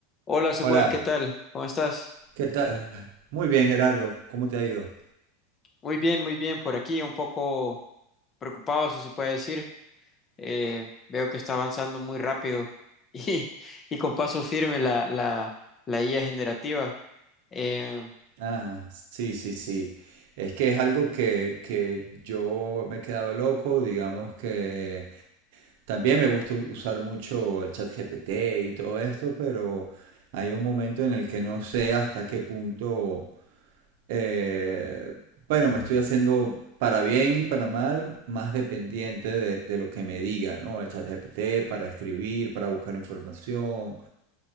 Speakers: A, on the left; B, on the right.
A: Hola Samuel,
B: Hola,
A: ¿qué tal? ¿Cómo estás?
B: ¿qué tal? Muy bien, Gerardo, ¿cómo te ha ido?
A: Muy bien, muy bien, por aquí un poco preocupado, si se puede decir. Eh, veo que está avanzando muy rápido <laughs> y, y con paso firme la, la, la IA generativa. Eh,
B: Ah, sí, sí, sí. Es que es algo que, que yo me he quedado loco, digamos que también me gusta usar mucho el chat GPT y todo esto, pero hay un momento en el que no sé hasta qué punto, eh, bueno, me estoy haciendo para bien y para mal más dependiente de, de lo que me diga, ¿no? El chat GPT para escribir, para buscar información.